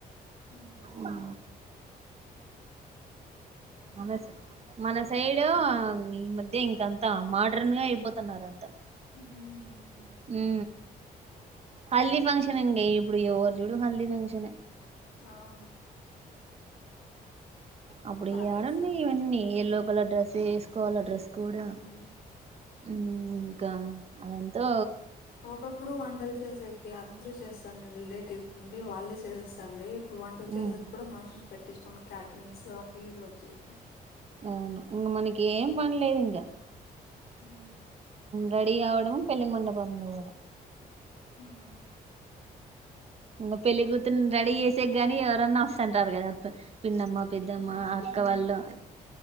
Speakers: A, on the left (about 80°); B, on the right (about 40°).
A: ఉమ్
B: ఉ మన మన సైడు ఈ మధ్య ఇంకంత మోడ్రన్ గా అయిపోతున్నారు అంత
A: మ్ మ్
B: ఉ హల్ది ఫంక్షన్ అండి ఇప్పుడు ఎవరు చుడు హల్ది ఫంక్షన్
A: అవును
B: అప్పుడు
A: బాగా చేస్తాన్నారు
B: ఏడున్నాయి ఇవన్నీ ఏలో బల డ్రెసస్ కోవాల డ్రెస్ కూడా
A: ఉమ్ ఉమ్
B: ఇంకా అదంతో
A: ఒకప్పుడు వండలు చేసాకి అందరూ చేస్ డి రిలేటివ్స్ ఉండి వాళ్ళే చేసస్తండి ఇప్పుడు వంటలు చేసేక
B: ఉమ్
A: కూడా మనుషులు పెట్ట కొ క్యాటరిన్స్ ఆపి వచ్చేసినయ్
B: అవును ఇంకా మనకి ఏం పనిలేదు ఇంకా
A: ఉమ్
B: రెడీ అవ్వడం పెళ్లి మండపం పోవడం
A: అవును
B: ఇంకా పెళ్ళ కూతురు రెడీ చేసే గాని ఎవరన్నా వస్తుంటారు కదా పిన్నమ్మ పెద్దమ్మ
A: ఉమ్,
B: అక్క
A: ఉమ్.
B: వాళ్ళు